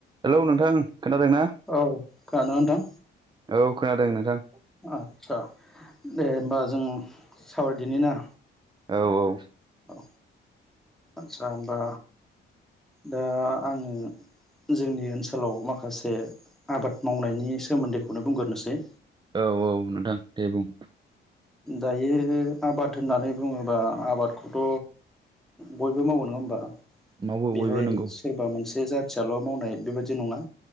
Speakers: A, on the right; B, in the centre.
A: Hello नोंथां खोनादों ना
B: औ खोनादोंना नोंथां?
A: औ खोनादों नोंथां।
B: आदसा दे होमबा जों सावरायदिनि ना
A: औ औ
B: औ आदसा बा दा आङो जोंनि ओनसोलाव माखासे आबाद मावनायनि सोमोन्दैखौनो बुंग्रोनोसै।
A: औ औ नोंथां दे बुं
B: दायो आबाद होननानै बुङोबा आबादखौथ' बयबो मावो नङा होमबा
A: मावो
B: बेहाय
A: बयबो नंगौ
B: सोरबा मोन से जाथियाल' मावनाय बेबायदि नङा